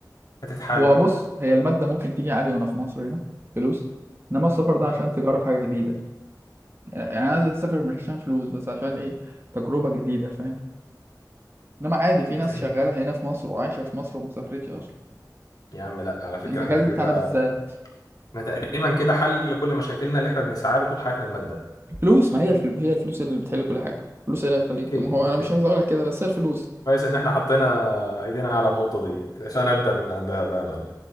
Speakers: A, on the left; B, on the right.
A: هتتحل
B: هو بص هي المادة ممكن تيجي عادي وانا في مصر هنا فلوس انما السفر ده
A: مم.
B: عشان تجرب حاجة جديدة يعني انا عايز اسافر مش عشان فلوس بس عشان ايه تجربة جديدة فاهم انما عادي في ناس
A: فهمت
B: شغالة هنا في مصر وعايشة في مصر وما سافرتش اصلا
A: يا عم لا على فكره
B: المجال
A: احنا كده
B: بتاعنا بالذات
A: احنا تقريبا كده حل لكل مشاكلنا اللي احنا بنسعى له طول حياتنا الماده
B: فلوس ما هي الفلو... هي الفلوس اللي بتحل كل حاجة الفلوس هي اللي هتخليك
A: اوكي
B: ما هو
A: اوكي
B: انا مش عايز اقولها كده بس هي الفلوس
A: كويس ان احنا حطينا ايدينا على النقطه دي عشان ابدا من عندها بقى يا معلم